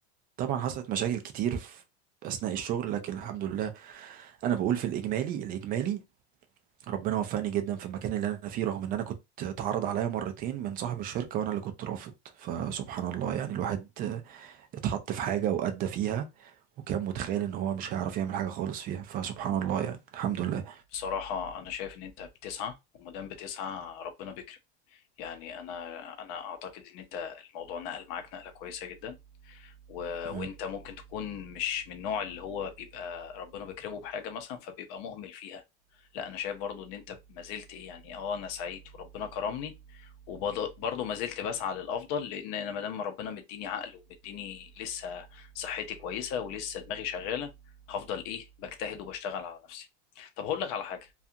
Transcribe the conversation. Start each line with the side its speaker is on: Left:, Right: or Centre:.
Right: طبعا حصلت مشاكل كتير في اثناء الشغل لكن الحمد لله انا بقول في الاجمالي الاجمالي ربنا وفقني جدا في المكان اللي انا فيه رغم ان انا كنت اتعرض عليا مرتين من صاحب الشركه وانا اللي كنت رافض فسبحان الله يعني الواحد اتحط في حاجه وادى فيها وكان متخيل ان هو مش هيعرف يعمل حاجه خالص فيها فسبحان الله يعني الحمد لله
Left: بصراحه انا شايف ان انت بتسعى وما دام بتسعى ربنا بيكرم يعني انا انا اعتقد ان انت الموضوع نقل معاك نقله كويسه جدا و...
Right: <clears throat>
Left: وانت
Right: مم.
Left: ممكن تكون مش من النوع اللي هو بيبقى ربنا بيكرمه بحاجه مثلا فبيبقى مهمل فيها لا انا شايف برضو ان انت ما زلت إيه يعني اه انا سعيد وربنا كرمني وبرضه ما زلت بسعى للافضل لان انا ما دام ربنا مديني عقل ومديني لسه صحتي كويسه ولسه دماغي شغاله هفضل ايه بجتهد وبشتغل على نفسي طب هقول لك على حاجه